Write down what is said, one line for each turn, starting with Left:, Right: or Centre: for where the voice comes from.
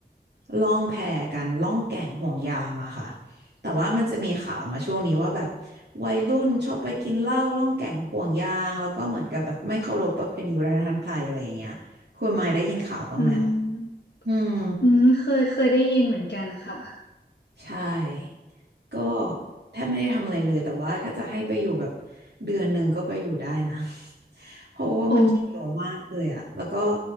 Right: ล่องแพกันล่องแก่งห่วงยางอะค่ะแต่ว่ามันจะมีข่าวมาช่วงนี้ว่าแบบวัยรุ่นชอบไปกินเหล้าล่องแก่งห่วงยางแล้วก็เหมือนกับแบบไม่เคารพประเพณีวัฒนธรรมไทยอะไรอย่างเงี้ยคุณมายได้ยินข่าวบ้างไหมคะ
Left: อืม
Right: อืม
Left: อืมเคยเคยได้ยินเหมือนกันนะคะ
Right: ใช่ ก็แทบไม่ได้ทำอะไรเลย แต่ว่าถ้าจะให้ไปอยู่แบบเดือนหนึ่งก็ไปอยู่ได้นะ เพราะว่ามันจะเยอะมากเลยอะแล้วก็
Left: โอ้